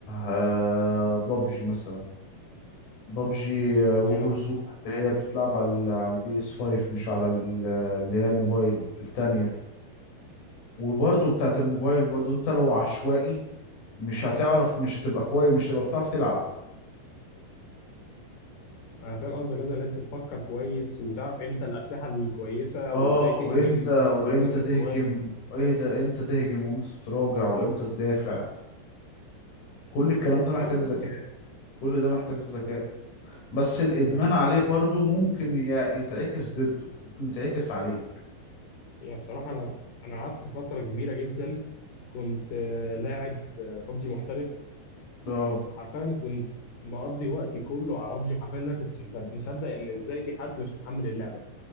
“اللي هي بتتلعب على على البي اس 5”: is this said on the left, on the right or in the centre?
Left